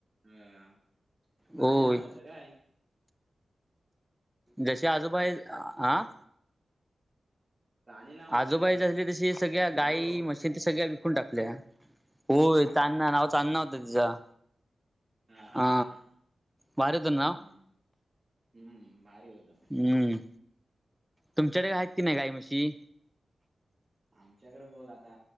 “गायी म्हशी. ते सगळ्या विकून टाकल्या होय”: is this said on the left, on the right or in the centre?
Centre